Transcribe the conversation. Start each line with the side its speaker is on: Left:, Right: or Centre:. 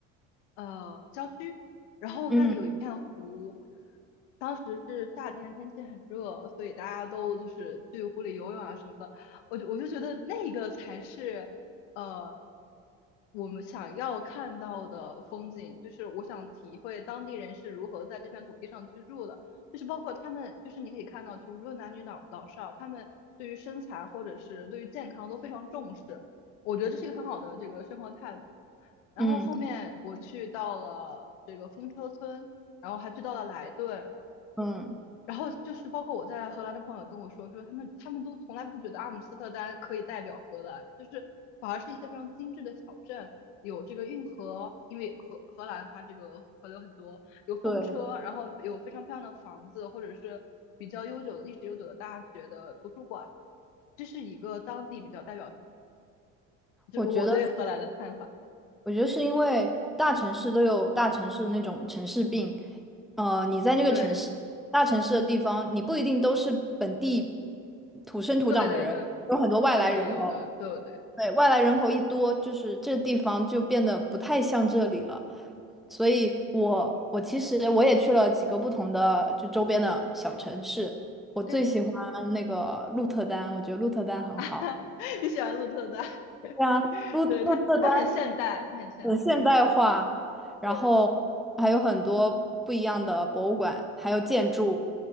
Left: 呃郊区，然后那里有一片湖，
Centre: 嗯
Left: 当时是夏天，天气很热，所以大家都就是去湖里游泳啊什么的。我就我就觉得那个才是呃我们想要看到的风景，就是我想体会当地人是如何在这片土地上居住的，就是包括他们，就是你可以看到，就是无论男女老老少，他们对于身材或者是对于健康都非常重视。我觉得这是一个很好的这个生活态度。然后后面我去到了这个风车村，
Centre: 嗯
Left: 然后还去到了莱顿，
Centre: 嗯，
Left: 然后就是包括我在荷兰的朋友跟我说，说他们他们都从来不觉得阿姆斯特丹可以代表荷兰，就是反而是一些非常精致的小镇，有这个运河，因为荷荷兰它这个河流很多，有风车，
Centre: 对，
Left: 然后有非常漂亮的房子，或者是比较悠久的历史悠久的大学的图书馆，这是一个当地比较代表，就是我对荷兰的看法。
Centre: 我觉得，我觉得是因为大城市都有大城市那种城市病，呃，你在那个城市，
Left: 对
Centre: 大城市的地方，你不一定都是本地土生土长的人，
Left: 对对对，
Centre: 有很多外来人口，
Left: 都是旅游的，对对。
Centre: 对，外来人口一多，就是这地方就变得不太像这里了。所以我我其实我也去了几个不同的就周边的小城市，我最喜欢那个鹿特丹，
Left: 对，
Centre: 我觉得鹿特丹很好。
Left: <laughs> 你喜欢鹿特丹？<laughs>
Centre: 对啊，鹿鹿特丹
Left: 对，它它很现代，它很现代。
Centre: 很现代化，然后还有很多不一样的博物馆，
Left: 对
Centre: 还有建筑，